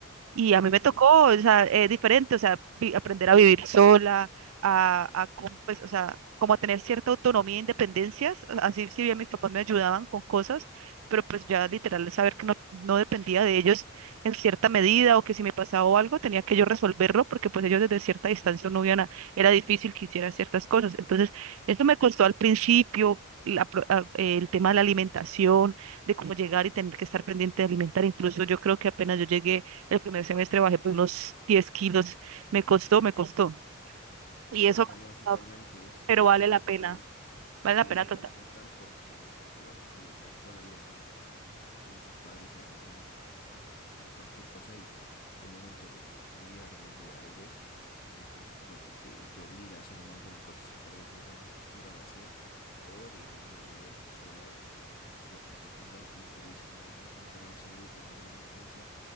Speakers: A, on the right; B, on the left.
A: y a mí me
B: Sí,
A: tocó, o sea, eh, diferente, o sea, vi- aprender a vivir sola, a, a com- pues, o sea, como a tener cierta autonomía e independencias, a- así si bien mis papás me ayudaban con cosas, pero pues ya literal saber que no, no dependía de ellos en cierta medida o que si me pasaba algo tenía que yo resolverlo porque pues ellos desde cierta distancia no iban a- era difícil que hiciera ciertas cosas. Entonces, eso
B: claro,
A: me costó al principio. la pro- a- el tema de la alimentación, de cómo llegar y tener que estar pendiente de alimentar. Incluso yo creo que apenas yo llegué el primer semestre bajé por unos 10 kilos. Me costó, me costó. Y
B: claro,
A: eso, me ha
B: no, es totalmente,
A: costado,
B: es, es
A: pero
B: un
A: vale
B: cambio
A: la
B: total
A: pena. Vale
B: Sí,
A: la
B: es
A: pena
B: un
A: total.
B: cambio total porque, porque bueno, tú casi toda la vida estamos con, con nuestros padres al, al- a- para cualquier cosa y, y el momento de, de cambiar de, de aires, entonces creo que te, te obliga a hacer un montón de cosas que tal vez no estabas acostumbrada a hacer o de, de, de verte sola en, en- en ciertas circunstancias, como tú dices, ¿no? A veces un tema de salud, tema de alguna emergencia,